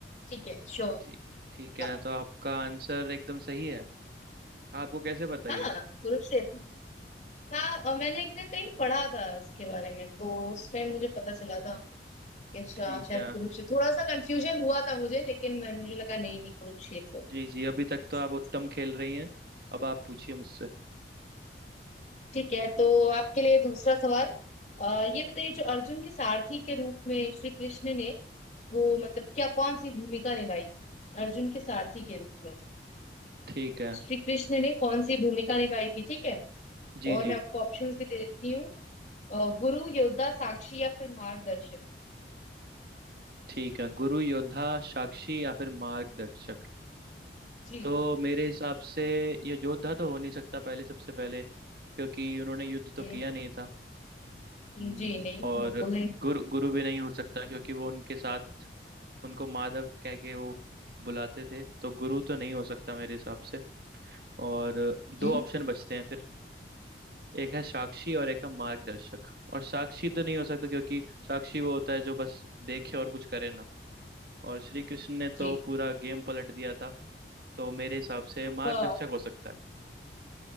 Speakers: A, on the left; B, on the right.
A: ठीक है श्योर
B: ठीक ठीक है
A: हाँ
B: तो आपका आंसर एकदम सही है आपको कैसे बताइए
A: हाँ, कुरुक्षेत्र हाँ और मैंने एक दिन कहीं पढ़ा था उसके बारे में तो उस टाइम मुझे पता चला था कि अच्छा
B: ठीक
A: शायद
B: है
A: कुरुक्षेत्र थोड़ा सा कंफ्यूजन हुआ था मुझे लेकिन मैं मुझे लगा नहीं नहीं कुरुक्षेत्र
B: जी जी अभी तक तो
A: जी
B: आप उत्तम खेल रही हैं अब आप पूछिए मुझसे
A: ठीक है तो आपके लिए दूसरा सवाल आ, ये बताइए जो अर्जुन के सारथी के रूप में श्री कृष्ण ने वो मतलब क्या कौन सी भूमिका निभाई थी अर्जुन के सारथी के रूप में
B: ठीक है
A: श्री कृष्ण ने कौन सी भूमिका निभाई थी ठीक है
B: जी
A: और
B: जी
A: मैं आपको ऑप्शंस भी दे देती हूँ अ, गुरु योद्धा साक्षी या फिर मार्गदर्शक
B: ठीक है गुरु योद्धा साक्षी या फिर मार्गदर्शक
A: जी
B: तो मेरे हिसाब से ये योद्धा तो हो नहीं सकता पहले सबसे पहले क्योंकि उन्होंने युद्ध तो
A: हम्म,
B: किया नहीं था
A: जी
B: हम्म,
A: नहीं
B: और
A: बिल्कुल नहीं
B: गुरु गुरु भी नहीं हो सकता क्योंकि वो उनके साथ उनको माधव कह के वो बुलाते थे तो गुरु तो नहीं हो सकता मेरे हिसाब से और दो
A: हम्म,
B: ऑप्शन बचते हैं फिर एक है साक्षी और एक है मार्गदर्शक और साक्षी तो नहीं हो सकता क्योंकि साक्षी वो होता है जो बस देखे और कुछ करे ना और श्री कृष्ण ने तो
A: जी
B: पूरा गेम पलट दिया था तो मेरे हिसाब से मार्गदर्शक
A: हाँ
B: हो सकता है